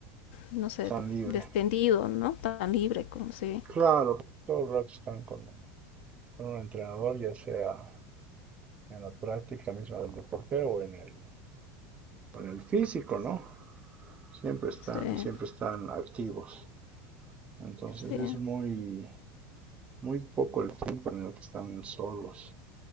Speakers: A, on the left; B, on the right.
A: no sé,
B: Están libres.
A: descendido, ¿no? Tan libre como si
B: Claro, todo el rato están con, con un entrenador, ya sea en la práctica misma del deporte o en el, en el físico, ¿no? Siempre están,
A: se,
B: siempre están activos. Entonces
A: sí,
B: es
A: sí,
B: muy, muy poco el tiempo en el que están solos.